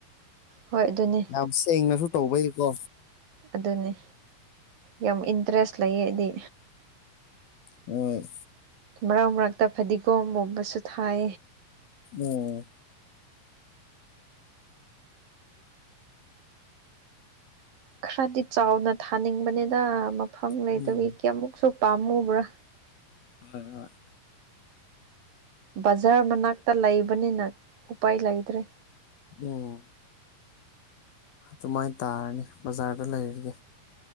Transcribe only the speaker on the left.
ꯌꯥꯝ ꯁꯦꯡꯅꯁꯨ ꯇꯧꯕꯩꯀꯣ
ꯑꯝ
ꯑꯥꯝ
ꯎꯝ
ꯍꯣꯢ ꯍꯣꯢ
ꯎꯝ ꯑꯗꯨꯃꯥꯏꯅ ꯇꯥꯔꯅꯤ ꯕꯖꯥꯔꯗ ꯂꯩꯔꯒꯦ